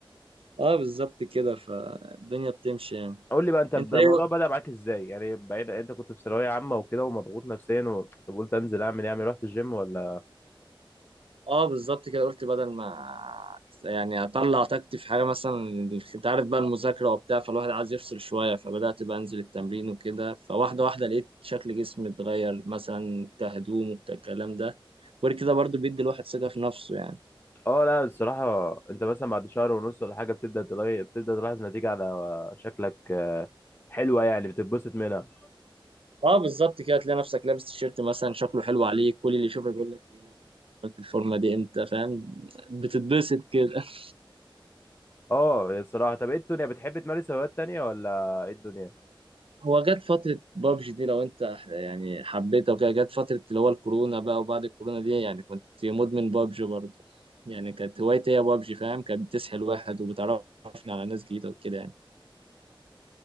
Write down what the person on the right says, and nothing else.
اه بالظبط كده فالدنيا بتمشي يعني
انت ايه
اه بالظبط كده قلت بدل ما يعني اطلع طاقتي في حاجه مثلا انت عارف بقى المذاكره وبتاع فالواحد عايز يفصل شويه فبدات بقى انزل التمرين وكده فواحده واحده لقيت شكل جسمي اتغير مثلا كهدوم وكالكلام ده غير كده برضو بيدي الواحد ثقه في نفسه يعني
اه بالظبط كده تلاقي نفسك لابس تيشيرت مثلا شكله حلو عليك كل اللي يشوفك يقول لك ايه ده؟ قلت الفورمه دي امتى فاهم بتتبسط كده <laughs>
هو جت فتره بابجي دي لو انت يعني حبيتها وكده جت فتره اللي هو الكورونا بقى وبعد الكورونا دي يعني كنت مدمن بابجي برضه يعني كانت هوايتي هي بابجي فاهم كانت بتسحل واحد وبتعرفني على ناس جديده وكده يعني